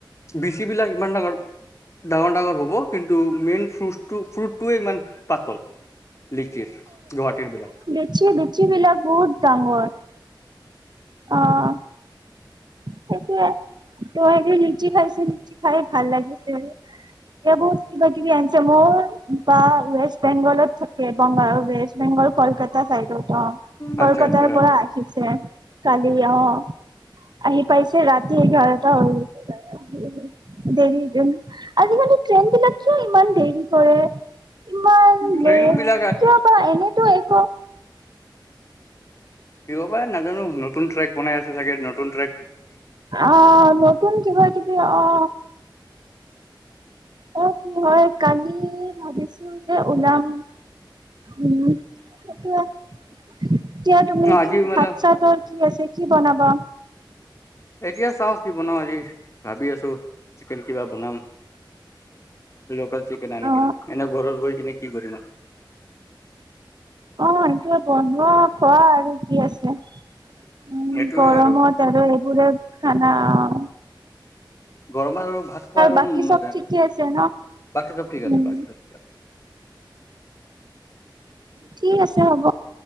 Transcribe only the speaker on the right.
লিচি লিচি বিলাক বহুত ডাঙৰ অঁ সেইটোৱেই তই আজি‌ লিচি‌‌ খাইছিলি কি খাই ভাল লাগিছে এয়া বহুত কিবা কিবি আহিছে মোৰ বা ৱেষ্ট বেংগলত থ বংগৰ ৱেষ্ট বেংগল কলকাতা ছাইডত অঁ
কলকাতাৰ
পৰা আহিছে কালি আহ আহি পাইছে ৰাতি এতিয়া ইঘাৰতা হৈ যায় ‌‌দেৰি আজিকালি ট্ৰেইন বিলাক কিয় ইমান দেৰি কৰে ইমান
লেট কিয় বা এনে তো একো
অ নতুন কিবা কিবি অ অ কি হয় কালি ভাবিছো যে ওলাম উম এতিয়া এতিয়া তুমি
কি
ভাত চাতত কি আছে কি বনাবা
অ
অ সেটো বনোৱা খোৱা আৰু কি আছে উম
গৰমত
আৰু এইবোৰে খানা অ
বাকী চব
ঠিকে আছে ন
উম
ঠিক আছে হ'ব